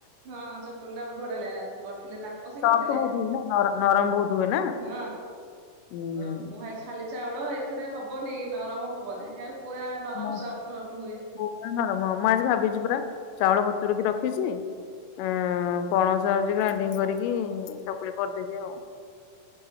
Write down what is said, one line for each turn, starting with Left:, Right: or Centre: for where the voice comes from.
Right: ହଁ ଚକୁଳି ଟା ବହୁତ ବଢିଆ ଲାଗା କରିଥିଲେ ତାପସୀ
Left: ସଫ୍ଟ
Right: କରିଥିଲେ
Left: ବହୁତ ହୁଏ ନା ନରମ ବହୁତ ହୁଏ ନା
Right: ହଁ।
Left: ହୁଁ।
Right: ଗ ଖାଲି ଖାଲି ଚାଉଳ ଏଥିରେ ହବନି ନରମ ହବନି। ହେଉ ପୁରା ନରମ
Left: ପ ନ
Right: ସଫ୍ଟ ସଫ୍ଟ ହୁଏ।
Left: ପୂରା ନରମ, ମୁଁ ଆଜି ଭାବିଛି ପୁରରା ଚାଉଳ ବ ତୁରକି ରଖିଛି। ଉ ପଣସ ହଉଛି ଗ୍ରାଇଣ୍ଡିଙ୍ଗ କରିକି ଚକୁଳି କରିଦେବି ଆଉ।